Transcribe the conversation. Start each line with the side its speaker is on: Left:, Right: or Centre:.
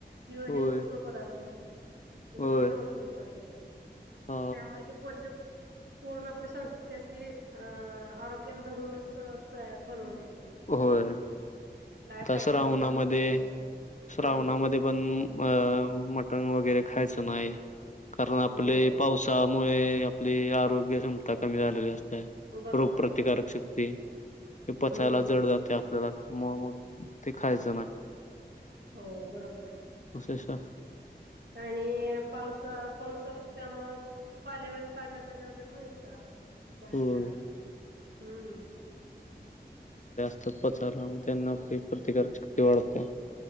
Right: तिळ
Left: होय
Right: हे उष्ण पदार्थ आहे गुळ
Left: होय
Right: पण उष्णच आहे.
Left: अ
Right: त्यामुळे ते पोषक पूर्ण आपली संस्कृती अशी अ आरोग्याला धरूनच बनवली
Left: होय दसरा
Right: फायद्याचं
Left: उना
Right: ठरतं
Left: मध्ये
Right: त्याच्यानुस
Left: श्रावणामध्ये
Right: हम्म
Left: पण अ मटण वगैरे खायचं नाही कारण आपले
Right: हो
Left: पावसा मुळे आपली आरोग्य क्षमता कमी झालेली असते.
Right: बरोबर
Left: रोग प्रतिकारक
Right: आहे बरोबर
Left: शक्ती
Right: हम्म
Left: पचायला जड जाते आपल्याला म मग ते खायचं नाही
Right: हो बरोबर आहे.
Left: अस
Right: आणि पावसा पावस चालू असतो त्यामुळे पालेभाज्या ताज्या ताज्या वगैरे मिळतात. भाज्या
Left: होय
Right: हम्म
Left: सत्पाचचाला मग त्यांना प्रतिकार वाढते